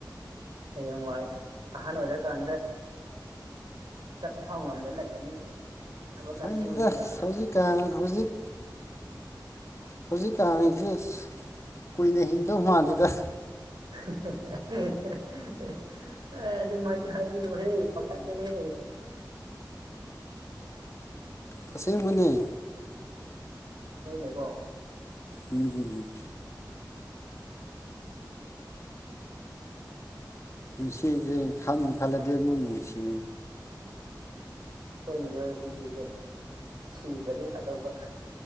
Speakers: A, on the right (about 75°); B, on the left (about 40°).
A: ꯍꯌꯦꯡ ꯋꯥꯏ ꯑꯍꯥꯟ ꯑꯣꯏꯔꯀꯥꯟꯗ ꯆꯠꯄ ꯐꯥꯎ ꯉꯝꯗ ꯂꯩꯔꯅꯤ ꯊꯕꯛ ꯀꯥꯟ
B: ꯈꯗ
A: ꯁꯨꯔꯗꯤ ꯌꯥꯔꯣꯏ
B: ꯁꯖꯤꯛ ꯀꯥꯟ ꯍꯧꯖꯤꯛ ꯍꯧꯖꯤꯛꯀꯥꯟꯁꯦ ꯀꯨꯏꯅ ꯍꯤꯡꯗꯧ ꯃꯥꯟꯜꯗꯌꯦꯗ
A: <unintelligible> <inaudible> ꯑꯦ ꯑꯗꯨ ꯃꯥꯏꯗꯤ ꯍꯥꯏꯕꯤꯅꯣ ꯍꯦ ꯄꯥꯈꯠ ꯂꯩ ꯍꯦ
B: ꯇꯁꯦꯡ ꯑꯃꯅꯤ
A: ꯍꯑꯣꯏꯅꯦꯀꯣ
B: ꯎꯝ ꯏꯁꯤꯁꯦ ꯈꯥꯟ ꯈꯜꯂꯗꯦ ꯃꯣꯏ ꯅꯨꯡꯁꯤ
A: ꯍꯣꯏ ꯃꯤꯑꯣꯏꯕ ꯄꯨꯟꯁꯤꯁꯦ ꯁꯤꯗ꯭ꯔꯗꯤ ꯐꯥꯗꯧꯕ